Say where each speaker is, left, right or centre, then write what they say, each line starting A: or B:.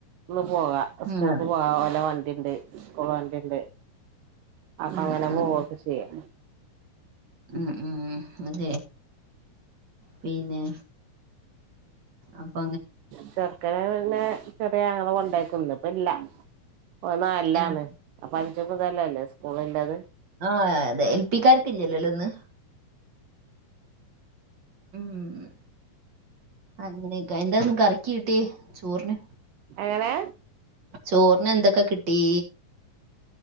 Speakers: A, on the right; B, on the right.
A: ള് പോവ
B: ഉം,
A: സ്കൂൾക്ക്
B: അത്
A: പോവാ ഓലെ വണ്ടിണ്ട് സ്കൂൾ വണ്ടിണ്ട് അപ്പൊ
B: ഉം,
A: അങ്ങനെ
B: ഉം,
A: പോവൊക്കെ ചെയ്യും
B: ഉം ഉം അതെ പിന്നെ അപ്പ
A: ചെർക്കനെ പിന്നെ ചെറിയ ആങ്ങള കൊണ്ടയാക്കും ഇന്ന് പ്പ ഇല്ല ഓ നാല്ലാണ്
B: എവിടെ
A: അപ്പൊ അഞ്ച് മുതലല്ലെ സ്കൂള് ല്ലത്
B: ആ അതെ എൽ പിക്കാർക്കില്ലല്ലോ ഇന്ന് ഉം അങ്ങനെയൊക്കെ എന്താ ഇന്ന് കറിക്ക് കിട് ട്ടി ചോറിന്
A: എങ്ങനെ
B: ചോറിനെന്തൊക്കെ കിട്ടി